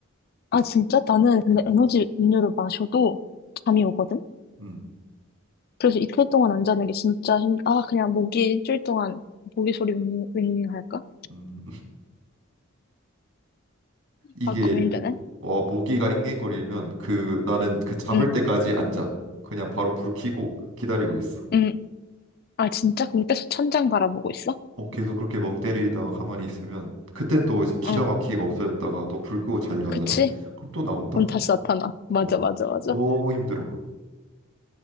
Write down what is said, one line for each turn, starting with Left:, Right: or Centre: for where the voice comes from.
Left: 아, 진짜? 나는 근데
Right: 음.
Left: 에너지 음료를 마셔도 잠이 오거든?
Right: 음.
Left: 그래서 이틀 동안 안 자는 게 진짜 힘, 아, 그냥 모기 일주일 동안 모기 소리 윙윙 할까?
Right: 음. 이게
Left: 아, 고민되네.
Right: 어, 모기가 앵앵거리면 그 나는 그 잡을
Left: 응,
Right: 때까지 앉아. 그냥 바로 불 켜고 기다리고 있어.
Left: 응, 아, 진짜? 그럼 계속 천장 바라보고 있어?
Right: 어, 계속 그렇게 멍 때리다가 가만히 있으면 그땐 또 이제 기가
Left: 어,
Right: 막히게 없어졌다가 또 불 끄고 자려
Left: 그치?
Right: 하잖아. 그럼 또 나온다.
Left: 그럼 다시 나타나. 맞아,
Right: 어,
Left: 맞아, 맞아.
Right: 너무 힘들어.